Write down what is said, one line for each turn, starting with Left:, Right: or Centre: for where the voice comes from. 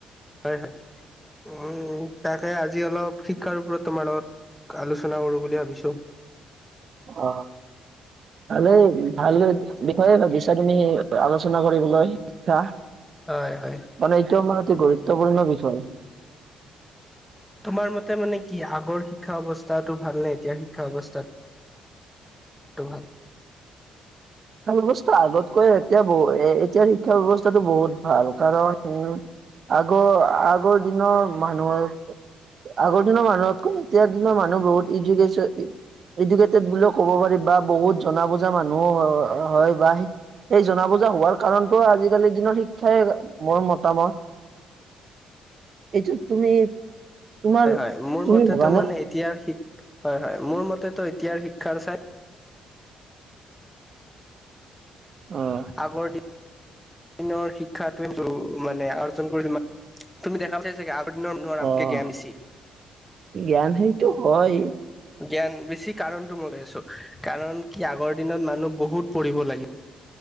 Centre: হয়-হয় উম, তাকে আজি অলপ শিক্ষাৰ ওপৰত তোমাৰ লগত আলোচনা কৰো বুলি ভাবিছো।
Right: অ', ভালেই ভাল বিষয়ে ভাবিছা তুমি সেই আলোচনা কৰিবলৈ ইচ্ছা।
Centre: হয় হয়
Right: মান এইটো আমাৰ এটি গুৰুত্বপূৰ্ণ বিষয়।
Centre: তোমাৰ মতে মানে কি আগৰ শিক্ষা অৱস্থাটো ভাল নে এতিয়া শিক্ষা অৱস্থাত টো ভাল?
Right: শিক্ষা ব্যৱস্থা আগতকৈ এতিয়া বো এতিয়াৰ শিক্ষা ব্যৱস্থাটো বহুত ভাল কাৰণ আগৰ আগৰ দিনৰ মানুহক আগৰ দিনৰ মানুহতকৈ এতিয়াৰ দিনৰ মানুহ বহুত ইডুকেশ্যন এডুকেটেড বুলিও ক'ব পাৰি বা বহুত জনা বুজা মানুহ হয় বা এই জনা বুজা হোৱাৰ কাৰণটো আজিকালিৰ দিনৰ শিক্ষাই মোৰ মতামত এইটো তুমি তোমাৰ
Centre: হয় হয় মোৰ
Right: তুমি
Centre: মতেতো
Right: ভাবানে?
Centre: মানে এতিয় হয় মোৰ মতেতো এতিয়াৰ শিক্ষাৰ চাই
Right: অ'।
Centre: আগৰ দিন নৰ শিক্ষাটো মানে আৰ্জন কৰি <unintelligible> তুমি দেখা পচাই চাগে দিনৰ মানুহৰ আমতকে
Right: আহ
Centre: জ্ঞান বেছি।
Right: জ্ঞান সেইটো হয়
Centre: জ্ঞান বেছি কাৰণটো মই কৈ আছো কাৰণ কি আগৰ দিনত মানুহ বহুত পঢ়িব লাগি